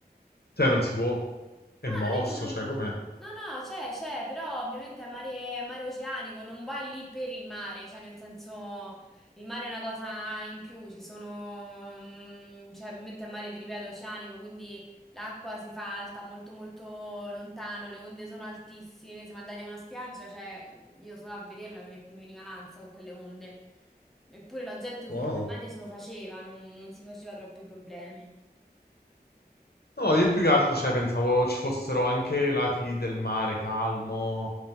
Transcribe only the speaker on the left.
cioè, non si può. È
mosso,
cioè, com'è?
Wow.
No, io più che altro, cioè, pensavo ci fossero anche lati del mare calmo,